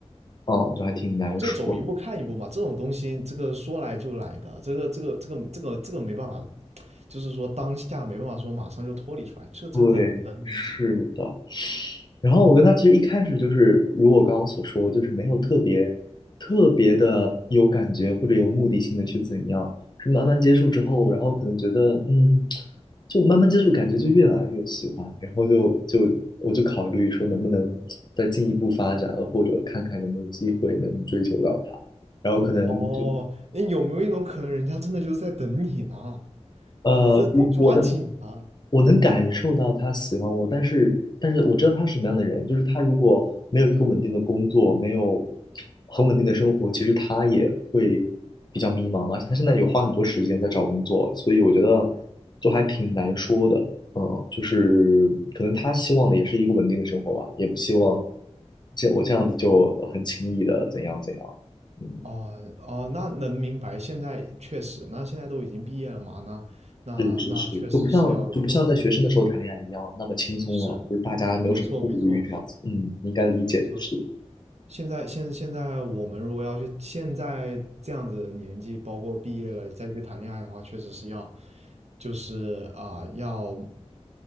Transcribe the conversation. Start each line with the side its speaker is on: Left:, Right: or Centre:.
Left: 嗯，就还挺难说的。
Right: 这走一步看一步嘛，这种东西，这个说来就来的，这个这个这个这个这个没办法，就是说当下没办法说马上就脱离出来，这这这能理解。
Left: 对，是的，然后我跟他其实一开始就是，如我刚刚所说，就是没有特别特别的有感觉或者有目的性的去怎样，是慢慢接触之后，然后可能觉得嗯，就慢慢接触，感觉就越来越喜欢，然后就就我就考虑说能不能再进一步发展，或者看看有没有机会能追求到他，然后可能就
Right: 哦，那有没有一种可能，人家真的就是在等你呢？
Left: 呃，
Right: 你这得抓紧啊！
Left: 我我能我能感受到他喜欢我，但是但是我知道他是什么样的人，就是他如果没有一个稳定的工作，没有很稳定的生活，其实他也会比较迷茫，而且他现在也花很多时间在找工作，所以我觉得就还挺难说的，嗯，就是可能他希望的也是一个稳定的生活吧，也不希望这我这样子就很轻易的怎样怎样，嗯。
Right: 哦哦，那能明白。现在确实，那现在都已经毕业了嘛，那那那确实是要有一个稳定的工作，
Left: 是是是，就不像就不像在学生的时候谈恋爱一样那么轻松了，
Right: 是，
Left: 就是大家没有什么顾虑这样子。
Right: 没错没错
Left: 嗯，应该理解的是
Right: 没错。现在现现在我们如果要去现在这样子的年纪，包括毕业了再去谈恋爱的话，确实是要，就是啊、要